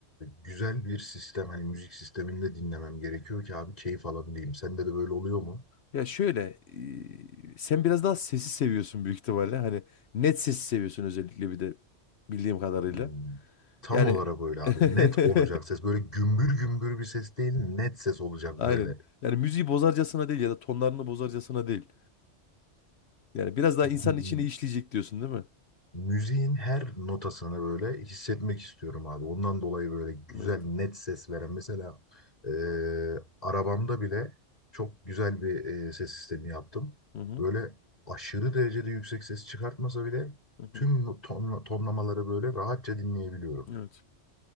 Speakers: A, on the left (about 30°); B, on the left (about 65°).
A: güzel bir sistem, hani müzik sisteminde dinlemem gerekiyor ki abi keyif alabileyim. Sende de böyle oluyor mu?
B: Ya şöyle e, sen biraz daha sesi seviyorsun büyük ihtimalle. Hani net sesi seviyorsun özellikle bir de bildiğim kadarıyla.
A: Hmm, Tam
B: Yani
A: olarak böyle abi.
B: <laughs>
A: Net olacak ses. Böyle gümbür gümbür bir ses değil, net ses olacak
B: aynen.
A: böyle.
B: Yani müziği bozarcasına değil ya da tonlarını bozarcasına değil. Yani biraz daha insanın
A: Hmm,
B: içine işleyecek diyorsun değil mi?
A: Müziğin her notasını böyle hissetmek istiyorum abi. Ondan dolayı böyle güzel
B: Evet.
A: net ses veren. Mesela e, arabamda bile çok güzel bir e, ses sistemi yaptım.
B: Hı hı.
A: Böyle aşırı derecede yüksek ses çıkartmasa bile
B: Hı hı.
A: tüm ton, tonlamaları böyle rahatça dinleyebiliyorum.
B: Evet.